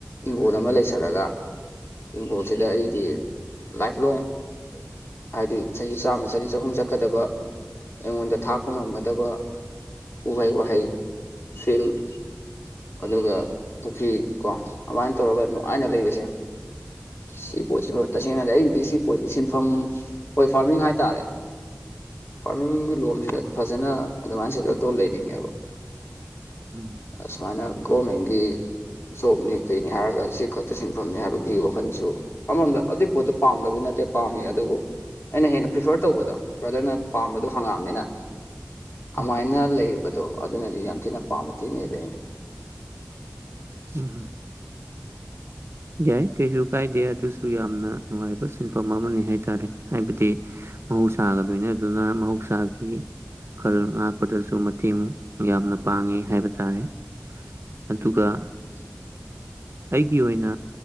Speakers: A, on the left (about 55°); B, on the right (about 55°).
A: ꯏꯪꯈꯣꯜ ꯑꯃ ꯂꯩ ꯖꯔꯒ ꯏꯪꯈꯣꯜꯁꯤꯗ ꯑꯩꯒꯤ ꯂꯥꯏꯐꯂꯣꯡ ꯍꯥꯏꯗꯤ ꯆꯍꯤ ꯆꯥꯝꯃ ꯆꯅꯤ ꯆꯍꯨꯝ ꯆꯠꯀꯗꯕ ꯑꯩꯉꯣꯟꯗ ꯊꯥꯛꯄ ꯉꯝꯒꯗꯕ ꯎꯍꯩ ꯋꯥꯍꯩ ꯐꯤꯜ ꯑꯗꯨꯒ ꯄꯨꯈ꯭ꯔꯤ ꯀꯣ ꯑꯗꯨꯃꯥꯏꯅ ꯇꯧꯔꯒ ꯑꯩꯅ ꯂꯩꯕꯁꯦ ꯁꯤ ꯄꯣꯠꯁꯤꯃ ꯇꯁꯦꯡꯅꯗꯤ ꯑꯩꯒꯤꯗꯤ ꯁꯤ ꯄꯣꯠꯁꯤ ꯁꯤꯟꯐꯝ ꯑꯈꯣꯏ ꯐꯥꯔꯃꯤꯡ ꯍꯥꯏꯇꯥꯔꯦ ꯐꯥꯔꯃꯤꯡꯒꯤ ꯂꯣꯝꯁꯤꯗ ꯐꯖꯅ ꯑꯗꯨꯃꯥꯏꯅ ꯁꯦꯇꯜ ꯇꯧ ꯂꯩꯅꯤꯡꯉꯦꯕ
B: ꯎꯝ
A: ꯑꯁꯨꯃꯥꯏꯅ ꯒꯣꯔꯃꯦꯟꯒꯤ ꯖꯣꯕꯅꯤ ꯀꯩꯅꯤ ꯍꯥꯏꯔꯒ ꯁꯤ ꯈꯛꯇ ꯁꯤꯟꯐꯝꯅꯤ ꯍꯥꯏꯕꯒꯤ ꯋꯥꯈꯟꯁꯨ ꯑꯃꯔꯣꯝꯗ ꯑꯗꯨꯏ ꯄꯣꯠꯇꯨ ꯄꯥꯝꯗꯕ ꯅꯠꯇꯦ ꯄꯥꯝꯃꯤ ꯑꯗꯨꯕꯨ ꯑꯩꯅ ꯍꯦꯟꯅ ꯄ꯭ꯔꯤꯐꯔ ꯇꯧꯕꯗꯣ ꯕ꯭ꯔꯗꯔꯅ ꯄꯥꯝꯕꯗꯣ ꯍꯪꯉꯛꯑꯕꯅꯤꯅ ꯑꯗꯨꯃꯥꯏꯅ
B: ꯎꯝ
A: ꯂꯩꯗꯣ ꯑꯗꯨꯅꯗꯤ ꯌꯥꯝ ꯊꯤꯅ ꯄꯥꯝꯕ ꯊꯤꯅꯦꯕ ꯑꯩꯅ
B: ꯎꯝꯝ ꯌꯥꯏ ꯀꯩꯁꯨ ꯀꯥꯏꯗꯦ ꯑꯗꯨꯁꯨ ꯌꯥꯝꯅ ꯅꯨꯡꯉꯥꯏꯕ ꯁꯤꯟꯐꯝ ꯑꯃꯅꯤ ꯍꯥꯏꯇꯥꯔꯦ ꯍꯥꯏꯕꯗꯤ ꯃꯍꯧꯁꯥꯒꯂꯣꯏꯅꯗꯨꯅ ꯃꯍꯧꯁꯥꯒꯤ ꯈꯜ ꯉꯥꯛꯄꯗꯁꯨ ꯃꯇꯦꯡ ꯌꯥꯝꯅ ꯄꯥꯡꯉꯤ ꯍꯥꯏꯕ ꯇꯥꯔꯦ ꯑꯗꯨꯒ
A: <inaudible>
B: ꯑꯩꯒꯤ ꯑꯣꯏꯅ